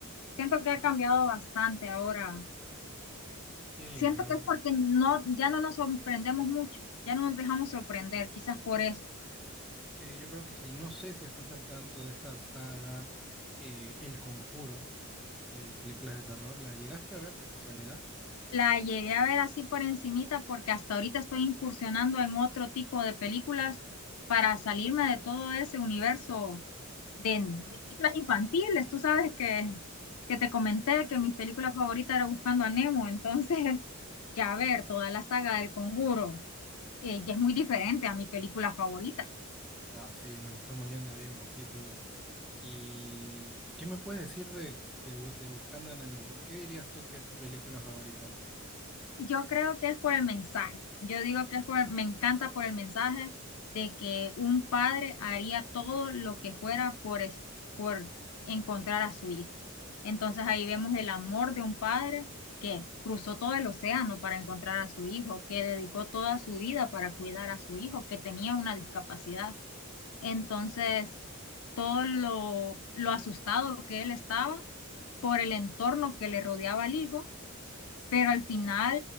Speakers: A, on the left; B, in the centre.
A: siento que ha cambiado bastante ahora.
B: Sí,
A: Siento
B: la verdad.
A: que es porque no, ya no nos sorprendemos mucho, ya no nos dejamos sorprender, quizás por eso.
B: Sí, yo creo que sí. No sé si estás al tanto de esta saga, eh, El Conjuro, de películas de terror. ¿La llegaste a ver de casualidad?
A: La llegué a ver así por encimita porque hasta ahorita estoy incursionando en otro tipo de películas para salirme de todo ese universo de, de películas infantiles. Tú sabes que, que te comenté que mi película favorita era Buscando a Nemo, entonces <laughs> ya ver toda la saga del Conjuro eh, ya es muy diferente a mi película favorita.
B: Ah, sí, nos estamos yendo ahí un poquito. ¿Y qué me puedes decir de, de, Bu- de Buscando a Nemo? ¿Por qué dirías tú que es tu película favorita?
A: Yo creo que es por el mensaje. Yo digo que es por, me encanta por el mensaje de que un padre haría todo lo que fuera por, es- por encontrar a su hijo. Entonces ahí vemos el amor de un padre que cruzó todo el océano para encontrar a su hijo, que dedicó toda su vida para cuidar a su hijo, que tenía una discapacidad. Entonces, todo lo, lo asustado que él estaba por el entorno que le rodeaba al hijo, pero al final